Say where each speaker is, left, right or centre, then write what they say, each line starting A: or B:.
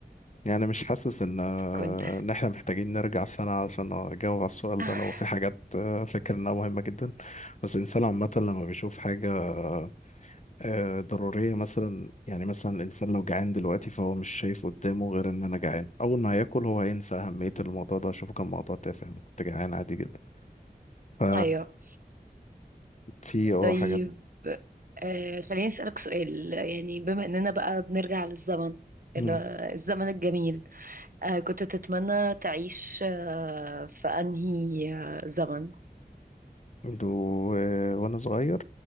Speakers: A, on the left (about 45°); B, on the right (about 60°).
A: يعني مش حاسس ان آه،
B: كنت
A: ان احنا محتاجين نرجع سنة عشان اجاوب على السؤال
B: <laughs>
A: ده لو في حاجات آه، فاكر انها مهمة جدا بس الانسان عامة لما بيشوف حاجة آه، ضرورية مثلا يعني مثلا الانسان لو جعان دلوقتي فهو مش شايف قدامه غير ان انا جعان اول ما هياكل هو هينسى اهمية الموضوع ده شوفه كان موضوع تافه أنا كنت جعان عادي جدا ف
B: أيوه
A: في اه
B: طيب
A: حاجات
B: آه خليني أسألك سؤال يعني بما إننا بقى بنرجع للزمن
A: <clears throat>
B: ال- الزمن الجميل آه كنت تتمنى تعيش آه في أنهي آه، زمن
A: و... وانا صغير